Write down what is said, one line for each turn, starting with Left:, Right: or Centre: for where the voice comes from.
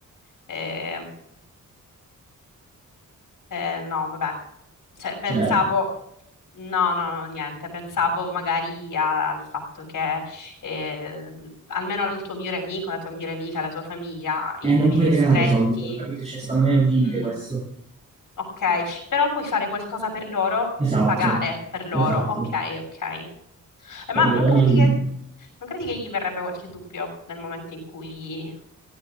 Left: eh, eh, no, vabbè, cioè, pensavo,
Right: cioè,
Left: no, no, no, niente, pensavo magari a- al fatto che eh, almeno il tuo migliore amico, la tua migliore amica, la tua famiglia,
Right: Eh,
Left: i
Right: non
Left: familiari
Right: puoi regalare
Left: stretti,
Right: i soldi, però, capito? Cioè, secondo me è un limite
Left: mm,
Right: questo.
Left: Ok, però puoi fare qualcosa per loro,
Right: Esatto,
Left: pagare per loro.
Right: esatto,
Left: Ok, ok.
Right: capito?
Left: Eh, ma non
Right: Però
Left: credi
Right: non...
Left: che, non credi che gli verrebbe qualche dubbio nel momento in cui